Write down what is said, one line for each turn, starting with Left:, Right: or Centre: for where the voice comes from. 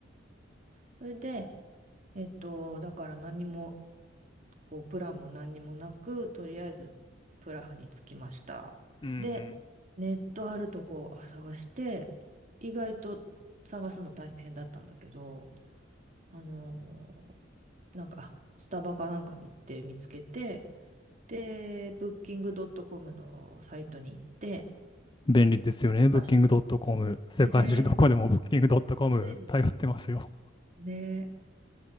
Right: それで、えっと、だから何も、こう、プランも何にもなく、とりあえずプラハに着きました。
Left: うん
Right: で、ネットあるとこあ探して、意外と探すの大変だったんだけど、あのーなんか、あスタバかなんかに行って見つけて、で、ブッキングドットコムのサイトに行って、
Left: うんい。便利ですよね。
Right: 探し
Left: Booking.com。世界中どこでも
Right: てね
Left: Booking.com
Right: え便利
Left: 頼ってますよ。
Right: ねえ。